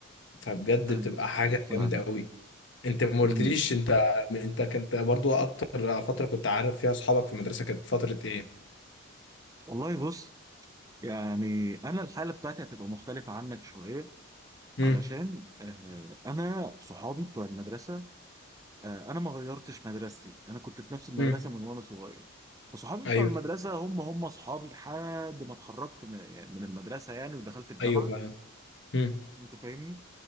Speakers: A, on the left; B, on the right.
A: فبجد
B: ايوه
A: بتبقى حاجه
B: ايوه فاهم
A: جامده قوي انت ما قلتليش
B: أمم.
A: انت انت كنت برضو اكتر فتره كنت عارف فيها اصحابك في المدرسه كانت فتره ايه
B: والله بص يعني انا الحاله بتاعتي هتبقى مختلفه عنك شويه
A: امم
B: علشان آه انا صحابي بتوع المدرسه آه، انا ما غيرتش مدرستي انا كنت في نفس المدرسه
A: امم
B: من وانا صغير فصحابي
A: ايوه
B: بتوع المدرسه هم هم اصحابي لحد ما اتخرجت من يعني من المدرسه يعني ودخلت الجامعه
A: ايوه فاهم امم
B: انت فاهمني